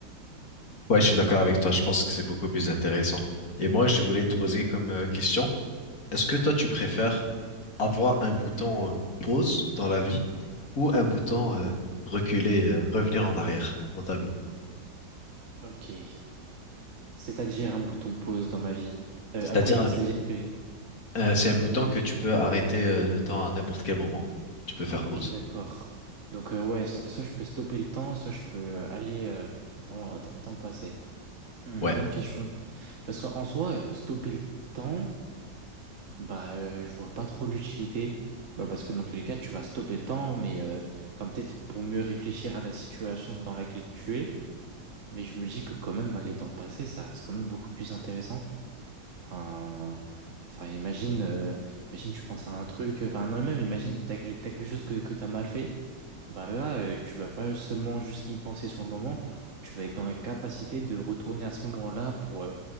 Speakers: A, on the left (about 55°); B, on the right (about 50°).
A: Ouais, je suis d'accord avec toi. Je pense que c'est beaucoup plus intéressant. Et moi, je voulais te poser comme euh, question. Est-ce que toi, tu préfères avoir un bouton euh, pause dans la vie ou un bouton euh, reculer, euh, revenir en arrière dans ta vie?
B: Ok, c'est-à-dire un bouton pause dans ma vie. Euh,
A: C'est-à-dire,
B: à quoi
A: un-
B: ça veut dire que...
A: euh, c'est un bouton que tu peux arrêter euh, le temps à n'importe quel moment. Tu peux faire
B: Ok,
A: pause.
B: d'accord. Donc euh, ouais, so- soit je peux stopper le temps, soit je peux euh, aller euh, dans, dans, dans le passé. Hmm,
A: Ouais,
B: bonne question. Parce qu'en soi, euh, stopper le temps, bah, euh, je vois pas trop l'utilité. Bah, parce que dans tous les cas, tu vas stopper le temps, mais euh, enfin, peut-être pour mieux réfléchir à la situation dans laquelle tu es. Mais je me dis que quand même, aller dans le passé, ça reste quand même beaucoup plus intéressant. Enfin, enfin imagine, euh, imagine, tu penses à un truc, enfin, non, même imagine, t'as, quel- t'as quelque chose que, que t'as mal fait. Bah là, euh, tu vas pas seulement juste y penser sur le moment, tu vas être dans la capacité de retourner à ce moment-là pour euh,